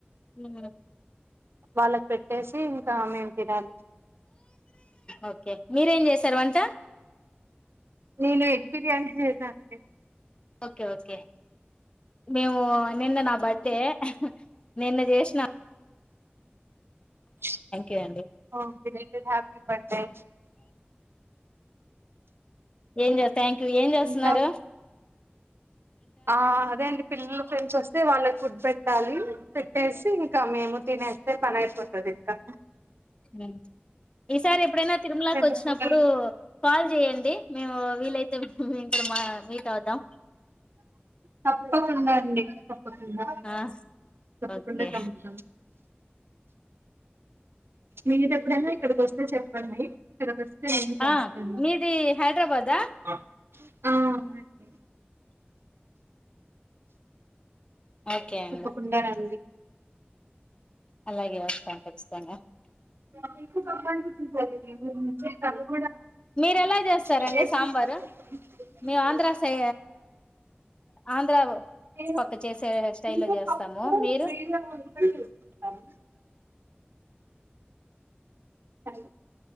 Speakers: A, on the left (about 25°); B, on the right (about 70°).
A: ఉ ఆ
B: వాళ్ళకి పెట్టేసి ఇంకా మేము తినాలి
A: ఓకే మీరేం జేసారు వంట
B: నేను ఎగ్ బిర్యానీ చేసాన అండి
A: ఓకే ఓకే మేము నిన్న నా బర్త్డే నిన్న జేసిన
B: ప్చ్
A: యూ అండి
B: ఓ బిలేటెడ్ హ్యాపీ బర్త్డే
A: ఏం జె థ్యాంక్ యూ ఏం జేస్తున్నారు
B: ఇంకా ఆ అదే అండి పిల్లల ఫ్రెండ్స్ వస్తే వాళ్ళకి ఫుడ్ పెట్ పెట్టాలి పెట్టేసి ఇంకా మేము తినేస్తే పని అయిపోతుంది ఇంకా
A: ఉ ఈసారి ఎప్పుడైనా తిరుమలకి
B: రెండు
A: వచ్చినప్పుడు
B: పూటలు
A: కాల్ చేయంండి మేము వీలైతే ఇంక్కడ <unintelligible> మా మీట్ అద్దాం
B: తప్పకుండా అండి తప్పకుండా
A: ఆ
B: తప్పకుండా
A: ఓకే
B: కలుద్దాం మీరు ఎప్పుడన్న ఇక్కడిక వస్తే చెప్పండి తిరుపతి నేను కలుస్తాను
A: ఆ మీది హైదరాబాదా
B: ఆ అవునండి
A: ఓకే అండి
B: తప్పకుండారండి
A: అలాగే వస్తాం ఖచ్చితంగా
B: అ
A: మీరు ఎలా చేస్తారండి
B: స్టేటస్
A: సాంబారు మేము ఆంధ్ర సై ఆంధ్ర
B: నేను
A: పక్క చేసే స్టైల్
B: ఇంట్లో
A: లో చేస్తాము
B: పప్పు
A: మీరు
B: విడిగా ఉడక చేసుకుంటాను అస్